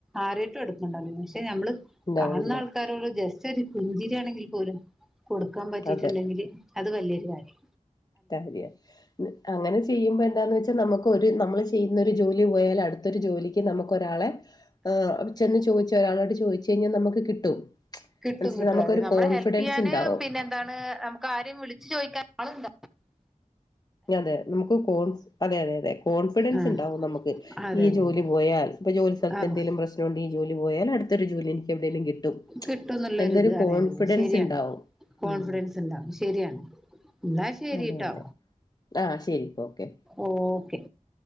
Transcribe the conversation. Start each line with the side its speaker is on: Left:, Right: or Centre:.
Centre: ആരേട്ടും അടുക്കണ്ട പക്ഷെ നമ്മള്
Left: ഉണ്ടാവില്ല
Centre: കാണുന്ന ആൾക്കാരോട് <unintelligible> പുഞ്ചിരി ആണെങ്കിൽ പോലും കൊടുക്കാൻ പറ്റീട്ടുണ്ടെങ്കില്
Left: അതെ
Centre: അത് വലിയൊരു കാര്യാ
Left: കാര്യ അങ്ങനെ ചെയ്യുമ്പോ എന്താന്ന് വെച്ച പക്ഷെ നമുക്ക് ഒരു നമ്മൾ ചെയ്യുന്നൊരു ജോലി പോയാൽ അടുത്തൊരു ജോലിക്ക് നമുക്കൊരാളെ ആഹ് ചെന്ന് ചൊയിച്ച് ഒരാളോട് ചൊയിച്ചു കഴിഞ്ഞാൽ നമുക്ക് കിട്ടും
Centre: കിട്ടും
Left: മനസ്സില
Centre: കിട്ടും
Left: നമുക്കൊരു
Centre: അതെ നമ്മളെ
Left: കോൺഫിഡൻസ്
Centre: ഹെൽപ് ചെയ്യാന്
Left: ഉണ്ടാവും
Centre: പിന്നെ എന്താണ് നമുക്ക് ആരേം വിളിച്ചു ചോയിക്കാൻ ആളുണ്ട
Left: അതെ നമുക്ക് കോൺ അതെ അതെ അതെ കോൺഫിഡൻസ്
Centre: ആഹ്
Left: ഉണ്ടാവും നമുക്ക്
Centre: അതെ
Left: ഈ
Centre: അതെ
Left: ജോലി
Centre: അതെ
Left: പോയാൽ ഇപ്പൊ ജോലി സ്ഥലത്ത്
Centre: ആഹ്
Left: എന്തേലും പ്രശ്നണ്ടെൽ ജോലി പോയാൽ അടുത്തരു ജോലി എനിക്ക് എവിടേലും കിട്ടും
Centre: കിട്ടുന്നുള്ളരു
Left: എന്നൊരു
Centre: ഇത് അതെഅതെ
Left: കോൺഫിഡൻസ്
Centre: ശരിയാണ്
Left: ഉണ്ടാവും
Centre: കോൺഫിഡൻസ്
Left: ഉം
Centre: ഉണ്ടാവും ശരിയാണ് എന്നാ ശരിട്ടോ
Left: അതെ അതെ ആഹ് ശരി ഓക്കെ
Centre: ഓക്കെ